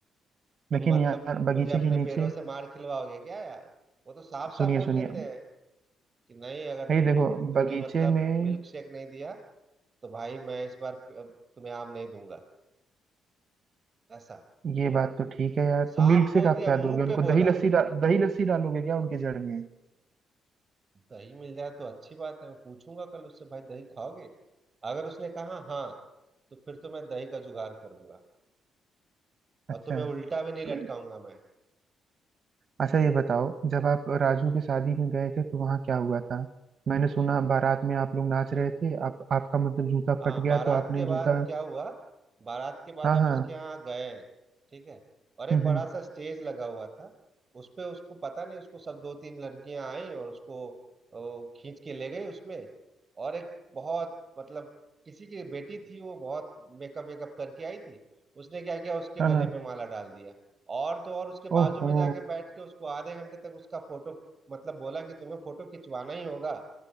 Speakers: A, on the right; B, on the right.
A: तुम
B: लेकिन
A: मतलब
B: यार
A: मुझे
B: बगीचे
A: अपने
B: के नीचे
A: पैरों से मार खिलवाओगे क्या यार वो तो साफ साफ
B: सुनिए
A: बोल
B: सुनिए
A: देते हैं कि नहीं अगर
B: भाई
A: तुम
B: देखो
A: तुमने
B: बगीचे
A: मतलब
B: में
A: मिल्क शेक नहीं दिया तो भाई मैं इस बार प- तुम्हें आम नहीं दूंगा ऐसा
B: ये बात तो ठीक है यार
A: साफ
B: तो मिल्क शेक
A: बोल
B: आप
A: दिया
B: क्या
A: मुंह
B: दोगे उनको
A: पे
B: दही
A: बोला
B: लस्सी डा, दही लस्सी डालोगे क्या उनके जड़ में
A: दही मिल जाए तो अच्छी बात है मैं पूछूंगा कल उससे भाई दही खाओगे अगर उसने कहा हाँ तो फिर तो मैं दही का जुगाड़ करूंगा और
B: अच्छा
A: तुम्हें उल्टा भी नहीं
B: तो
A: लटकाऊंगा
B: ये-
A: मैं
B: अच्छा ये बताओ जब आप राजू के शादी में गए थे तो वहाँ क्या हुआ था मैंने सुना बारात में आप लोग नाच रहे थे आप आपका मतलब जूता
A: हाँ
B: फट गया
A: बारात
B: तो आपने
A: के बाद
B: जूता
A: क्या हुआ बारात के बाद
B: हाँ
A: हम
B: हाँ
A: उसके यहाँ गए ठीक है और एक
B: हम्म
A: बड़ा
B: हम्म,
A: सा स्टेज लगा हुआ था उस पे उसको पता नहीं उसको सब दो तीन लड़कियां आई और उसको ओ, खींच के ले गई उसमें और एक बहुत मतलब किसी की बेटी थी वो बहुत मेकअप वेकअप करके आई थी उसने क्या किया उसके
B: हाँ
A: गले
B: हाँ
A: में माला डाल दिया और तो और उसके बाजू
B: ओहो
A: में जाके बैठ के उसको आधे घंटे तक उसका फोटो मतलब बोला कि तुम्हें फोटो खिंचवाना ही होगा